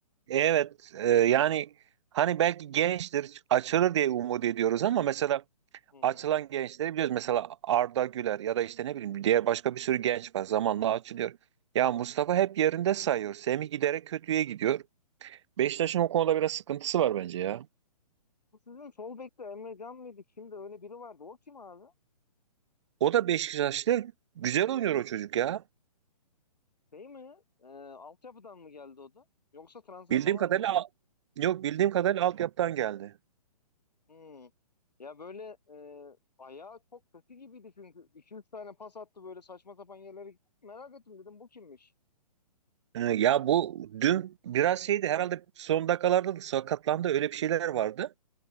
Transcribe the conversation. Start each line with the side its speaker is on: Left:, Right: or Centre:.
Right: Evet e, yani hani belki gençtir açılır diye umut ediyoruz ama mesela
Left: Hı hı.
Right: açılan gençleri biliyoruz. Mesela Arda Güler ya da işte ne bileyim diğer başka bir sürü genç var zamanla açılıyor. Ya Mustafa hep yerinde sayıyor. Semih giderek kötüye gidiyor. Beşiktaş'ın o konuda biraz sıkıntısı var bence ya.
Left: Bu sizin sol bekte Emre Can mıydı? Kimdi? Öyle biri vardı. O kim abi?
Right: O da Beşiktaş'ta güzel oynuyor o çocuk ya.
Left: Şey mi? Ee, altyapıdan mı geldi o da? Yoksa transfer
Right: Bildiğim
Left: falan
Right: kadarıyla
Left: mı?
Right: yok bildiğim kadarıyla altyapıdan geldi.
Left: Hmm. Ya böyle e, ayağı çok kötü gibiydi çünkü. 2-3 tane pas attı böyle saçma sapan yerlere gitti. Merak ettim dedim bu kimmiş?
Right: Ee, Ya bu dün biraz şeydi herhalde son dakikalarda da sakatlandı öyle bir şeyler vardı.